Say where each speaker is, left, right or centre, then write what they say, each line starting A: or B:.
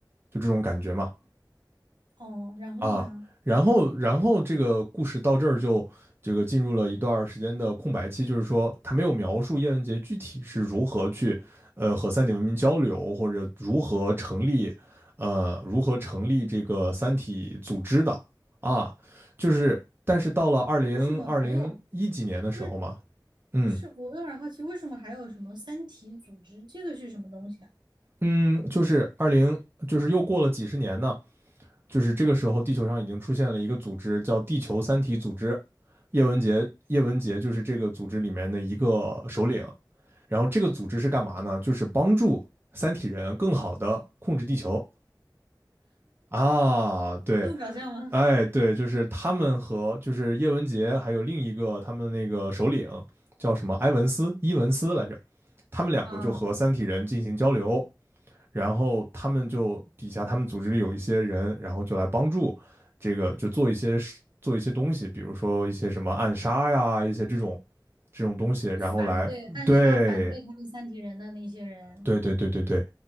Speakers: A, on the right; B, on the right.
A: 就这种感觉嘛。
B: 哦，然后呢？
A: 啊，然后然后这个故事到这儿就这个进入了一段时间的空白期，就是说他没有描述叶文洁具体是如何去呃和三体文明交流，或者如何成立呃如何成立这个三体组织的啊，就是但是到了二零二零一几年的时候嘛，
B: 为什么还有为
A: 嗯
B: 不是？我有点儿好奇，为什么还有什么三体组织？这个是什么东西啊？
A: 嗯，就是二零就是又过了几十年呢，就是这个时候，地球上已经出现了一个组织，叫地球三体组织。叶文洁，叶文洁就是这个组织里面的一个首领。然后这个组织是干嘛呢？就是帮助三体人更好的控制地球啊。对，
B: 这么搞笑吗？
A: 哎，对，就是他们和就是叶文洁还有另一个他们那个首领叫什么埃文斯伊文斯来着，他们两个就和三体人进行交流，
B: 啊，
A: 然后他们就底下他们组织里有一些人，然后就来帮助这个，就做一些事做一些东西，比如说一些什么暗杀呀，一些这种这种东西，然后来对
B: 反对暗杀反对他们三体人的那些人
A: 对对对对对，